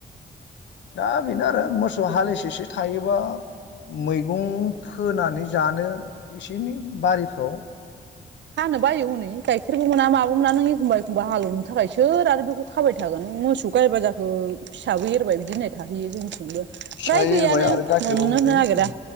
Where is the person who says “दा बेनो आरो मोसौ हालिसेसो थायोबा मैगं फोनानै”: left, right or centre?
Left